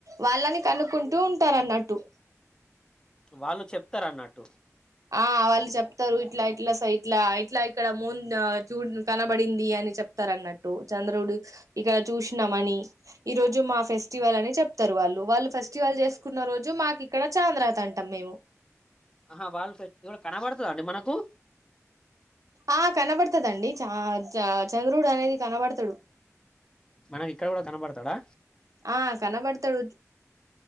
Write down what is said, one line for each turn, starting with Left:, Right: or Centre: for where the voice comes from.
Right: వాళ్ళని కనుక్కుంటూ ఉంటారు అన్నట్టు
Left: వాళ్ళు చెప్తారు అన్నట్టు
Right: ఆ వాళ్ళు చెప్తారు ట్లా ఇట్లా సైట్లా ఇట్లా ఇక్కడ మూన్ చూ కనబడింది అని చెప్ తారన్నట్టు చంద్రుడు ఇక్కడ చూసినామని ఈ రోజు మా ఫెస్టివల్ అని చెప్తారు వాళ్ళు వాళ్ళు ఫెస్టివల్ చేసుకున్న రోజు మాకిక్కడ చాంద్రాత్ అంటాం మేము
Left: ఆహా వాళ్ళు ఫే కనబడుతదా అండి మనకు
Right: ఆ కనబడ్తదండి చ చ చంద్రడు అనేది కనబడతాడు
Left: మనకి ఇక్కడ కూడా కనబడతాడా
Right: ఆ కనబడతాడు